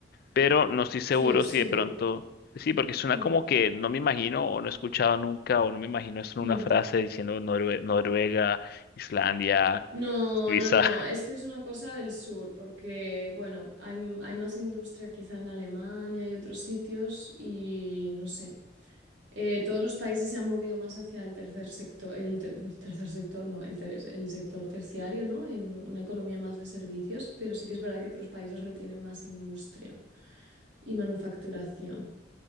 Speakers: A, on the left; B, on the right.
A: pero no estoy seguro
B: sí, el sur.
A: si de pronto... Sí, porque suena
B: mm,
A: como que no me imagino o no he escuchado nunca o no me imagino eso en
B: mm.
A: una frase diciendo Norue- Noruega, Islandia,
B: No,
A: Suiza.
B: no, no,
A: <laughs>
B: esto es una cosa del sur, porque, bueno, hay, hay más industria quizá en Alemania y otros sitios y no sé. eh, todos los países se han movido más hacia el tercer sector, el ter- pues, tercer sector, no, el, ter- el sector terciario, ¿no? En una economía más de servicios, pero sí que es verdad que otros países retienen más industria y manufacturación.